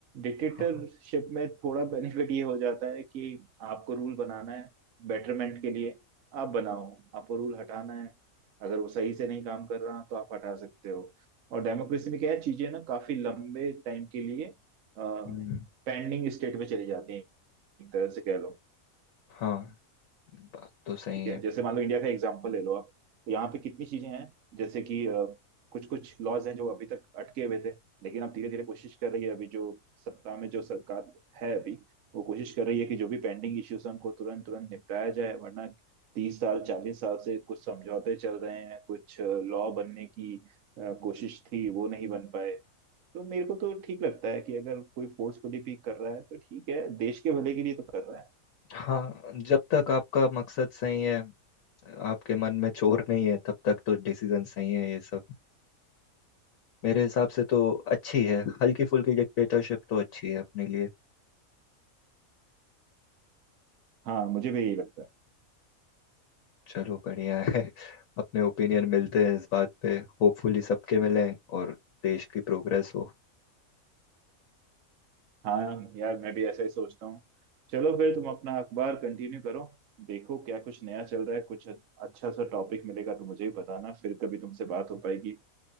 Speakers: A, on the right; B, on the left.
A: डिक्टेटरशिप
B: हाँ
A: में थोड़ा बेनिफिट ये हो जाता है कि आपको रूल बनाना है बेटरमेंट के लिए आप बनाओ आपको रूल हटाना है अगर वो सही से नहीं काम कर रहा तो आप हटा सकते हो और डेमोक्रेसी में क्या है चीजें ना काफी लंबे टाइम के लिए पेंडिंग
B: हम्म,
A: स्टेट में चली जाती हैं एक तरह से कह लो
B: हाँ बात तो सही
A: ठीक है
B: है
A: जैसे मान लो इंडिया का एग्जाम्पल ले लो आप तो यहाँ पे कितनी चीजें हैं जैसे कि कुछ कुछ लॉज हैं जो अभी तक अटके हुए थे लेकिन अब धीरे धीरे कोशिश कर रही है अभी जो सत्ता में जो सरकार है अभी वो कोशिश कर रही है कि जो भी पेंडिंग इश्यूज हैं उनको तुरंत तुरंत निपटाया जाए वरना तीस साल चालीस साल से कुछ समझौते चल रहे हैं कुछ लॉ बनने की अ, कोशिश थी वो नहीं बन पाए तो मेरे को तो ठीक लगता है कि अगर कोई फोर्सफुली भी कर रहा है तो ठीक है देश के भले के लिए तो कर रहा है
B: हाँ जब तक आपका मकसद सही है आपके मन में चोर नहीं है तब तक तो डिसीजन सही है ये सब मेरे हिसाब से तो अच्छी है हल्की फुल्की डिक्टेटरशिप तो अच्छी है अपने लिए
A: हाँ मुझे भी यही लगता है
B: चलो बढ़िया है <laughs> अपने ओपिनियन मिलते हैं इस बात पे होपफुली सबके मिलें और देश की प्रोग्रेस हो
A: हाँ यार मैं भी ऐसा ही सोचता हूँ चलो फिर तुम अपना अखबार कंटिन्यू करो देखो क्या कुछ नया चल रहा है कुछ अच्छा सा टॉपिक मिलेगा तो मुझे भी बताना फिर कभी तुमसे बात हो पाएगी